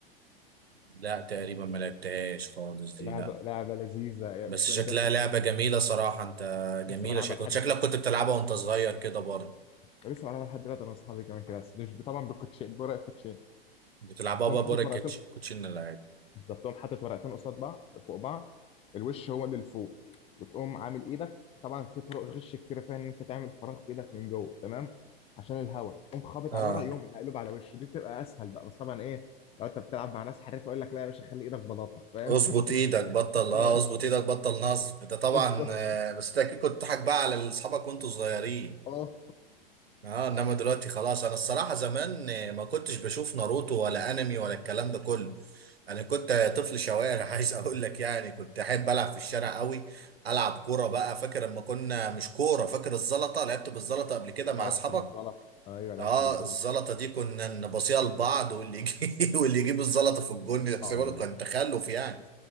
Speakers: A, on the right; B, on the left.
A: لا تقريبا ما لعبتهاش خالص دي
B: لعبه
A: لا
B: لعبه لذيذه يا-
A: بس
B: كنت
A: شكلها
B: ده كان-
A: لعبة جميلة صراحة انت
B: لسه
A: جميلة
B: بلعبها
A: شكلك
B: لحد
A: شكلك
B: دلوقتي
A: كنت بتلعبها وانت صغير كده برضه
B: لسه بلعبها لحد دلوقتي انا واصحابي كمان كده بس مش طبعا بالكوتشين بورق الكوتشين
A: بتلعبها
B: تقوم
A: بقى
B: حاطط
A: بره
B: ورقتين
A: الكوتش- الكوتشينه اللعيب
B: بالظبط تقوم حاطط ورقتين قصاد بعض فوق بعض الوش هو اللي لفوق وتقوم عامل ايدك طبعا في طرق غش كتير فيها ان انت تعمل فراغ في ايدك من جوه تمام عشان الهواء تقوم خابط
A: اه
B: على الورق يقوم مقلوب على وشه دي بتبقى اسهل بقى بس طبعا ايه لو انت بتلعب مع ناس حريف يقول لك لا يا باشا خلي ايدك بلاطه فاهم
A: اظبط
B: <laughs>
A: ايدك بطل اه
B: ايوه
A: اظبط ايدك بطل نصب ده طبعا
B: بالظبط
A: آه، بس انت اكيد كنت بتضحك بقى على اصحابك وانتوا صغيرين
B: اه
A: اه انما دلوقتي خلاص انا الصراحه زمان آه، ما كنتش بشوف ناروتو ولا انمي ولا الكلام ده كله انا كنت طفل شوارع <laughs> عايز اقول لك يعني كنت احب العب في الشارع قوي العب كوره بقى فاكر لما كنا مش كوره فاكر الزلطه لعبت بالزلطه قبل كده
B: لعبت
A: مع اصحابك
B: بالزلط ايوه لعبت
A: اه
B: بالزلط
A: الزلطه دي كنا نبصيها لبعض واللي يجيب <laughs> واللي يجيب الزلطه في الجون يحسبها
B: اه
A: له كان تخلف يعني